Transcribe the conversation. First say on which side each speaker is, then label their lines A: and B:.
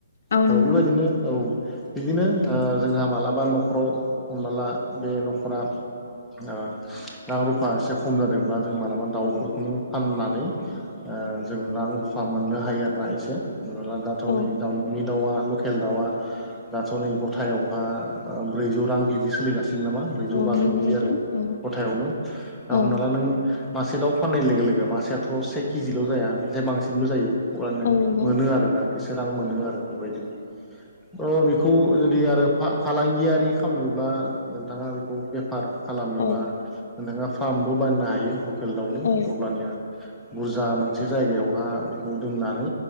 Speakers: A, on the left (about 55°); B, in the centre.
A: औ
B: थ
A: नंगौ
B: बेबायदिनो औ बिदिनो ओ जोंहा मालाबा न'खराव हमनाला बे न'खरा ओ रां रुफा एसे खम जादोंबा जों मालाबा दाउफोरखौनो
A: औ
B: फाननानै ओ जों रां रुफा मोननो हायो आरोना एसे हमना ला दाथ'
A: औ
B: नै दाउ न'नि दाउआ लकेल दाउआ दाथ' नै गथायावहा ब्रैजौ रां बिदि सोलिगासिनो। <inaudible> ब्रैजौ
A: औ
B: बाजौ
A: नंगौ
B: बिदि
A: नोंथां
B: आरो
A: औ
B: गथायावनो दा
A: औ
B: हमना ला नों मासे दाउ फाननाय लोगो लोगो मासेयाथ' से केजिल' जाया बेनिफ्राय बांसिनबो जायो अब्ला नों
A: औ नंगौ
B: मोनो आरोना एसे रां मोनो
A: औ
B: आरो बेबायदि।
A: <inaudible>
B: अ बेखौ जुदि आरो फालांगियारि खालामनोब्ला नोंथाङा बेखौ बेफार खालामनोबा
A: औ
B: नोंथाङा फार्मबो बाननो हायो लकेल दाउनि
A: औ
B: अब्लानिया बुरजा मोनसे जायगायावहा बेखौ दोननानै